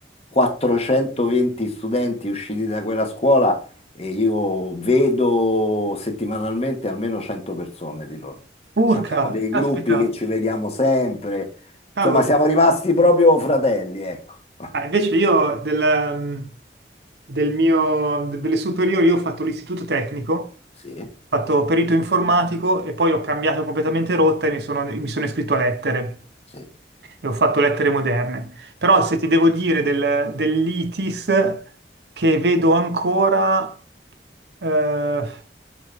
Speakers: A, on the left (about 35°); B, on the right (about 70°).
A: 420 studenti usciti da quella scuola e io vedo settimanalmente almeno 100 persone di loro.
B: Urca,
A: Ci Abbiamo dei
B: aspetta,
A: gruppi che ci vediamo sempre,
B: cavolo.
A: insomma siamo rimasti proprio fratelli, ecco. <laughs>
B: Ah, invece io del, ehm, del mio, delle superiori io ho fatto l'istituto tecnico, ho
A: Sì,
B: fatto perito informatico e poi ho cambiato completamente rotta e mi sono, mi sono iscritto a lettere.
A: sì.
B: e ho fatto lettere moderne. Però
A: Sì.
B: se ti devo dire del- dell'ITIS che vedo ancora, eh,